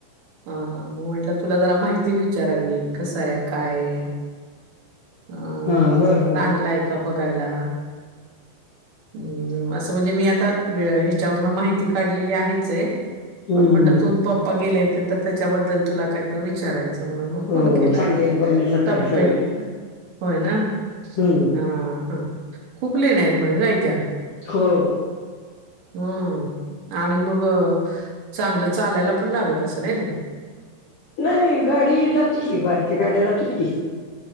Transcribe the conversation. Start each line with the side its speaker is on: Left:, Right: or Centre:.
Right: ह मग म्हंटलं तुला जरा माहिती विचारावी कसय काय अं
Left: हा बर बर
Right: चांगलं आहे का बघायला हम्म असं म्हणजे मी आता ह्याच्यावरून माहिती काढलेली आहेच आहे
Left: हम्म
Right: पण म्हटल तून पप्पा गेले होते तर त्याच्याबद्दल तुला काहीत विचारायचं म्हणून मग
Left: हो
Right: फोन केला
Left: चांगले आहेत बघण्यासारखं
Right: तब्बेत
Left: आहे सगळं
Right: होय ना
Left: हम्म
Right: हा हा खूप लेण्या आहेत म्हणे जायच्या
Left: हो
Right: हम्म आणि मग चांगलं चालायला पण लागत असेलय आणि
Left: नाही गाडी जाते की बारक्या गाड्या जातात की